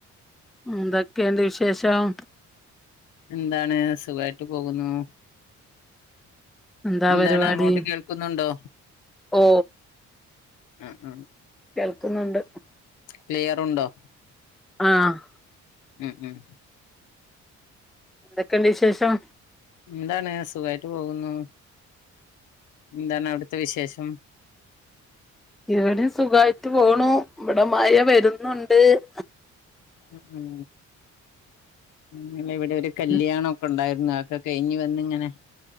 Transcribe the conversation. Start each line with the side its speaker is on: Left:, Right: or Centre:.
Centre: എന്തൊക്കെയൊണ്ട് വിശേഷം
Left: എന്താണ് സുഖായിട്ട് പോകുന്നു
Centre: എന്താ
Left: എന്താണ്
Centre: പരിപാടി
Left: അങ്ങോട്ട് കേൾക്കുന്നുണ്ടോ
Centre: ഓ
Left: ആഹ് ആഹ്
Centre: കേൾക്കുന്നുണ്ട്
Left: പ്ലെയറുണ്ടോ
Centre: ആഹ്
Left: ഉം ഉം
Centre: എന്തൊക്കെണ്ട് വിശേഷം
Left: എന്താണ് സുഖായിട്ട് പോകുന്നു എന്താണ് അവിടുത്തെ വിശേഷം
Centre: ഇവിടെം സുഖായിട്ട് പോണു ഇവടെ മയ വരുന്നുണ് ണ്ട്
Left: ഹ് ഉം ഉം ഇന്നലെവിടൊരു കല്യാണം
Centre: ഉം
Left: ഒക്കെ ഒണ്ടാര്- ആ അതൊക്കെ കഴിഞ്ഞ് വന്നിങ്ങനെ